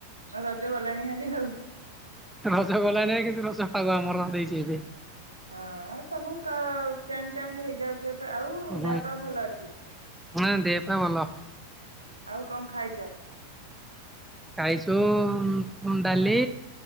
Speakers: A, on the right; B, in the centre.
A: ଆଉ ରଜ ଗଲାଣି ହାରି ଆଉ
B: ରଜ ଗଲାଣି କିନ୍ତୁ ରଜ ପାଗ ଆମର ହେଇଛି ଏବେ।
A: ହଁ, ସବୁ ଚେଞ୍ଜ ଚାଞ୍ଜ ହେଇଯାଉଛି ଏବେ ଆଉ
B: ହୁଁ।
A: ଦେହ ପା ଭଲ ଅଛି?
B: ହଁ, ଦେହ ପା ଭଲ।
A: ଆଉ କଣ ଖାଇଚ?
B: ଖାଇଚୁ ଡାଲି,